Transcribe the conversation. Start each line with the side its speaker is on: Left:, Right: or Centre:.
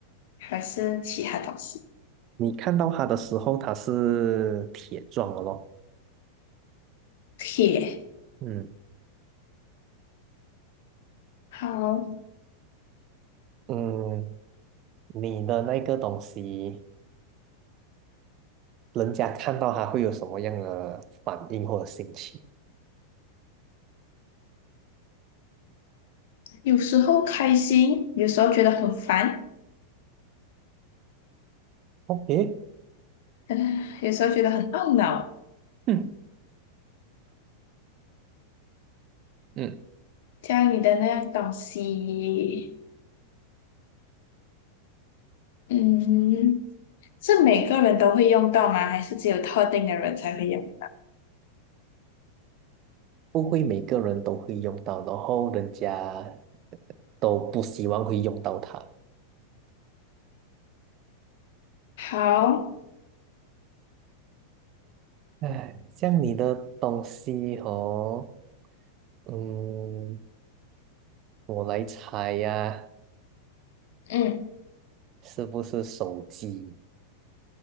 Left: 还是其他东西？
Right: 你看到它的时候，它是铁状的咯。
Left: 铁。
Right: 嗯
Left: 好，
Right: 嗯，你的那个东西，人家看到它会有什么样的反应或者心情
Left: 有时候开心，有时候觉得很烦，
Right: ？OK，
Left: <laughs> 嗯，有时候觉得很懊恼。
Right: 嗯嗯，
Left: 家里的那样东西，嗯，是每个人都会用到吗？还是只有特定的人才会用？
Right: 不会每个人都会用到，然后人家都不希望会用到它。
Left: 好，
Right: 哎，像你的东西哦，嗯，我来猜呀、
Left: 嗯，
Right: 是不是手机？